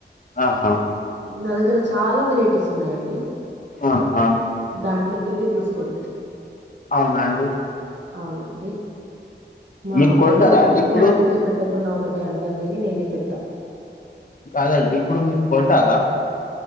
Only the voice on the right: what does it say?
నా దగ్గర చాలా వెరైటీస్ ఉన్నాయండి
దాంట్లోకేళ్ళి తీసుకెళ్తా
అవునండి మా
బ్రదర్స్
పెట్టిన
ఒకటే పెట్టకున్న ఒకటే అంటారు కానీ నేనే పెడతా